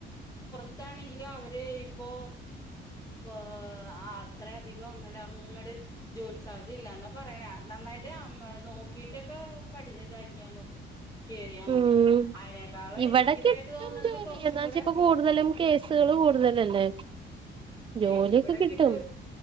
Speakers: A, on the left (about 15°); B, on the right (about 25°).
A: ത്താണെങ്കിലും അവര് ഇപ്പോ പ്പോ അത്രയധികം ഇങ്ങനെ അങ്ങട് ജോലി സാധ്യത ഇല്ല ന്നാ പറയണേ നന്നായിട്ട് അമ്മ നോക്കിട്ടൊക്കെ പഠിച്ച് ഇതാക്കിയാമതി. കേറിയാ മതി
B: ഉം
A: അയ്നക്കാള്
B: ഇവിടെ
A: എനിക്ക് ഇതായിട്ട്
B: കിട്ടും
A: തോന്നണത്
B: ജോലി
A: കൊറച്ചും
B: എന്താ
A: കൂടെ.
B: വെച്ചാ ഇപ്പൊ കൂടുതലും കേസുകൾ കൂടുതലല്ലേ. ജോലിയൊക്കെ
A: ഏയ് ഇവിടെ
B: കിട്ടും
A: കിട്ടോ